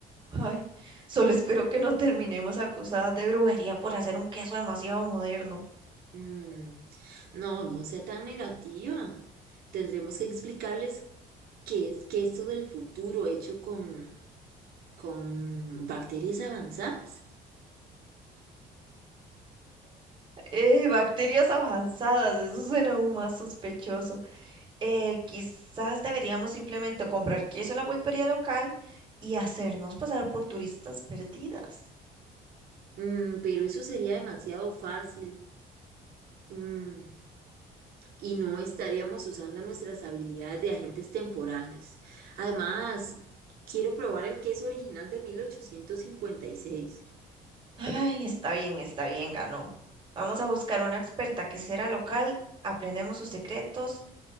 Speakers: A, on the right; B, on the right.
A: Mm. Ay, solo espero que no terminemos acusadas de brujería por hacer un queso demasiado moderno.
B: Mm, no, no sea tan negativa. Tendremos que explicarles qué es que esto del futuro hecho con, con bacterias avanzadas.
A: Eh, bacterias avanzadas, eso suena aún más sospechoso. Eh, quizás deberíamos simplemente comprar queso en la pulpería local y hacernos pasar por turistas perdidas.
B: Mm, pero eso sería demasiado fácil. Mm, y no estaríamos usando nuestras habilidades de agentes temporales. Además, quiero probar el queso original de 1856.
A: Ay, está bien, está bien, ganó. Vamos a buscar una experta que será local, aprendemos sus secretos,